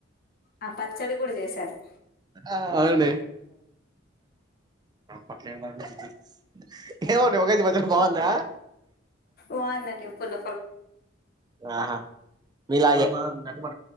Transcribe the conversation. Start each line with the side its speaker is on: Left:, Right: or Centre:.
Left: ఆ పచ్చడి కూడా చేశారు
Right: అవు పట్ల ఏమంటే ఒకజ మధ్యలో బాగుందా
Left: బంధండిప్పుల
Right: ఆహా మీలా న ప